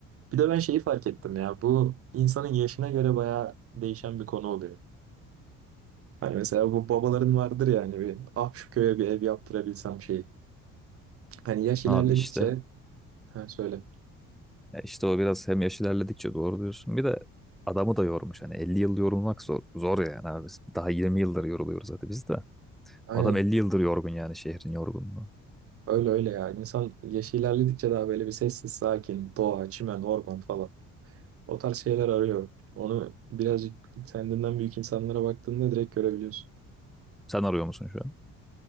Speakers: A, on the right; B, in the centre.
A: Bir de ben şeyi fark ettim ya bu insanın yaşına göre bayağı değişen bir konu oluyor. Hani mesela bu babaların vardır yani bir ah şu köye bir ev yaptırabilsem şeyi. Hani yaş ilerledikçe
B: Abi işte
A: ha söyle.
B: Ya işte o biraz hem yaş ilerledikçe doğru diyorsun. Bir de adamı da yormuş. Hani 50 yıl yorulmak zor, zor yani abi. Daha 20 yıldır yoruluyoruz zaten biz de.
A: Aynen
B: Adam 50 yıldır yorgun yani şehrin yorgunluğu.
A: öyle öyle ya insan yaş ilerledikçe daha böyle bir sessiz sakin doğa çimen orman falan o tarz şeyler arıyor. Onu birazcık kendinden büyük insanlara baktığında direkt görebiliyorsun.
B: Sen arıyor musun şu an?